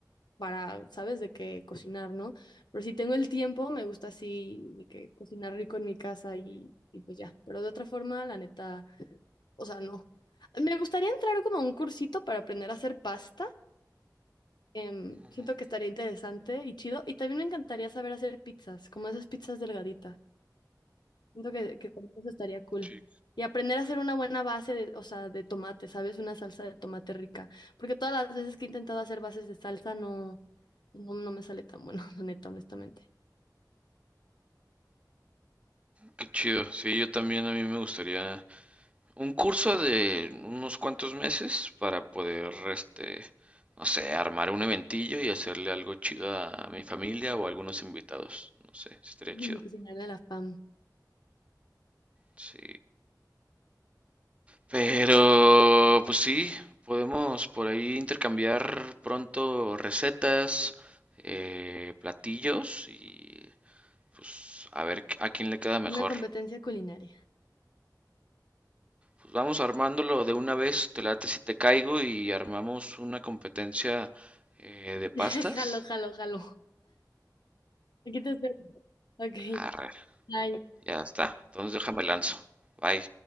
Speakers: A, on the left; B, on the right.
A: para, ¿sabes? De que cocinar, ¿no? Pero si tengo el tiempo, me gusta así, de que cocinar rico en mi casa y, y pues ya. Pero de otra forma, la neta, o sea, no. Me gustaría entrar como a un cursito para aprender a hacer pasta. Em,
B: ujú.
A: siento que estaría interesante y chido. Y también me encantaría saber hacer pizzas, como esas pizzas delgaditas. Siento que, que también eso estaría cool.
B: Sí,
A: Y aprender a hacer una buena base de, o sea, de tomate, ¿sabes? Una salsa de tomate rica. Porque todas las veces que he intentado hacer bases de salsa, no no, no me sale tan bueno, <laughs> la neta, honestamente.
B: qué chido. Sí, yo también a mí me gustaría un curso de unos cuantos meses para poder, este, no sé, armar un eventillo y hacerle algo chido a mi familia o a algunos invitados. No sé, estaría
A: Mm,
B: chido.
A: Cocinar de la fam.
B: Sí. Pero, pues sí, podemos por ahí intercambiar pronto recetas, eh, platillos y pues a ver a quién le queda mejor.
A: Una competencia culinaria.
B: Pues vamos armándolo de una vez, te late si te caigo y armamos una competencia eh, de pastas.
A: <laughs> Jalo, jalo, jalo. Aquí te espero. Ok.
B: Arre,
A: Bye.
B: ya está, entonces déjame lanzo. Bye.